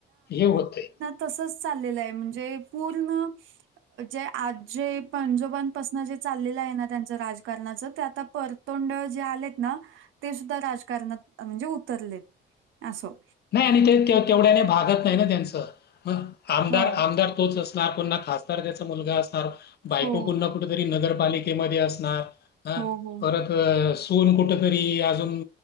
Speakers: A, on the left; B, on the right.
A: हे होते.
B: तसच चाललेलं आहे म्हणजे पूर्ण जे आजे पंजोबांपासून जे चाललेलं आहे ना त्यांचं राजकारणाचं ते आता परतोंड जे आलेत ना ते सुद्धा राजकारणात म्हणजे उतरलेत असो
A: नाही आणि ते तेवढ्याने भागत नाही ना त्यांचं मग आमदार
B: हां.
A: आमदार तोच अस ना कोण खासदार त्याचा मुलगा असणार बायको
B: हो,
A: कुठ ना कुठेतरी नगरपालिकेमध्ये असणार. हा
B: हो, हो.
A: परत अ सून कुठ तरी अजून